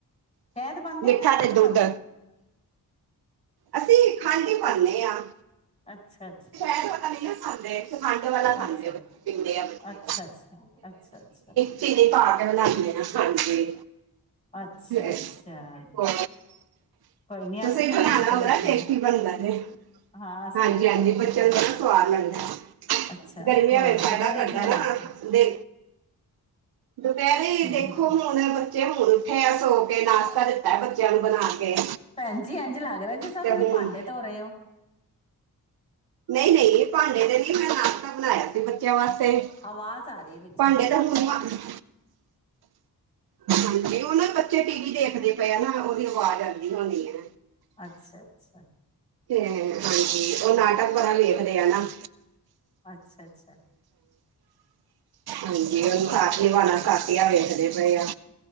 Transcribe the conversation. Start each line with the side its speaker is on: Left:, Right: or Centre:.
Left: ਸ਼ਹਿਦ ਪਾਉਂਦੇ
Right: ਮਿੱਠਾ
Left: ਹੋ ਜਾਂ ਖੰਡ
Right: ਤੇ ਦੁੱਧ
Left: ਪਾਉਂਦੇ ਹੋ
Right: ਅਸੀਂ ਖੰਡ ਹੀ ਪਾਂਦੇ ਹਾਂ
Left: ਅੱਛਾ, ਅੱਛਾ
Right: ਪਤਾ ਨ ਸੁਦੇ <unintelligible> <unintelligible> ਖੰਡ ਵਾਲਾ ਖਾਂਦੇ
Left: ਅੱਛਾ
Right: ਪੀਂਦੇ ਆ ਬੱਚੇ।
Left: ਅੱਛਾ ਅੱਛਾ ਅੱਛਾ ਅੱਛਾ
Right: ਚੀਨੀ ਪਾ ਕੇ ਬਣਾਉਦੇ ਹਾਂ ਹਾਂਜੀ।
Left: ਅੱਛਾ
Right: ਤੇ
Left: ਅੱਛਾ
Right: <inaudible> ਹੋ
Left: ਕੋਈ ਨੀ
Right: ਤੁਸੀਂ
Left: ਅਸੀਂ ਵੀ
Right: ਬਣਾਣਾ
Left: ਬਣਾ ਕੇ ਦੇਖਾਂਗੇ
Right: ਬੜਾ ਟੇਸਟੀ ਬਣਦਾ ਜੇ।
Left: ਹਾਂ ਅਸੀਂ
Right: ਹਾਂਜੀ,
Left: ਵੀ ਬਣਾ
Right: ਹਾਂਜੀ
Left: ਕੇ
Right: ਬੱਚਿਆਂ
Left: ਦੇਖਾਂਗੇ
Right: ਨੂੰ ਬੜਾ ਸਵਾਦ ਲੱਗਦਾ।
Left: ਅੱਛਾ
Right: ਗਰਮੀਆਂ
Left: ਹੋਰ
Right: ਵਿਚ ਜਿਆਦਾ
Left: ਦੁਪਹਿਰੇ
Right: ਪੈਦਾ
Left: ਕੀ ਬਣਾ
Right: ਨਾ
Left: ਰਹੇ ਹੋ
Right: <unintelligible> ਦੇ ਦੁਪਹਿਰੇ
Left: ਹਮ
Right: ਦੇਖੋ।
Left: ਹਮ
Right: ਹੁਣ ਬੱਚੇ ਹੁਣ ਉਠੇ ਆ ਸੋ ਕੇ ਨਾਸ਼ਤਾ ਦਿੱਤਾ ਬੱਚਿਆਂ ਨੂੰ ਬਣਾ ਕੇ।
Left: ਭੈਜੀ ਐਂਜ ਲੱਗ ਰਿਹਾ ਜਿਸ ਤਰ੍ਹਾਂ
Right: ਤੇ
Left: ਤੁਸੀਂ
Right: ਹੁਣ
Left: ਭਾਂਡੇ ਧੋ ਰਹੇ ਹੋ।
Right: ਨਹੀਂ ਨਹੀਂ ਭਾਂਡੇ ਤੇ ਨੀ ਮੈਂ ਨਾਸ਼ਤਾ ਬਣਾਇਆ ਸੀ ਬੱਚਿਆਂ ਵਾਸਤੇ। ਤੇ
Left: ਆਵਾਜ਼ ਆ ਰਹੀ ਹੈ ਪਿੱਛੋਂ
Right: ਭਾਂਡੇ
Left: ਬੜੀ
Right: ਦਾ ਹੁਣ ਮਾਂਝ ਰਹੀ। ਹਾਂਜੀ ਉਹ ਨਾ ਬੱਚੇ ਟੀਵੀ ਦੇਖਦੇ ਪਏ ਆ ਨਾ ਉਹਦੀ ਆਵਾਜ਼ ਆਂਦੀ ਹੋਣੀ ਆ।
Left: ਅੱਛਾ ਅੱਛਾ।
Right: ਤੇ ਹਾਂਜੀ ਉਹ
Left: ਹਮ
Right: ਨਾਟਕ ਬੜਾ ਵੇਖਦੇ ਆ ਨਾ।
Left: ਅੱਛਾ ਅੱਛਾ।
Right: ਹਾਂਜੀ ਉਹ
Left: ਹੋਰ
Right: ਕਾ ਨਿਵਾਣਾ <unintelligible> ਕਾਪੀਆ ਵੇਖਦੇ ਪਏ ਆ